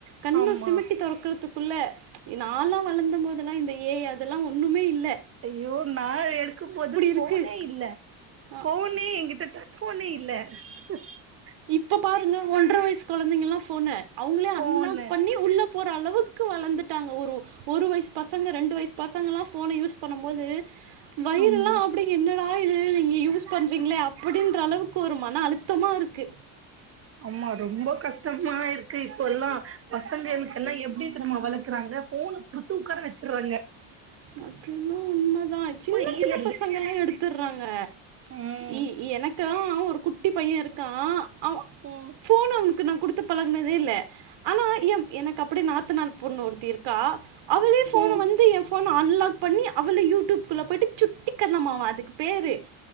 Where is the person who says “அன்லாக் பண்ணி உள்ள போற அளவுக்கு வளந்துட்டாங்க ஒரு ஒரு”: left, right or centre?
Right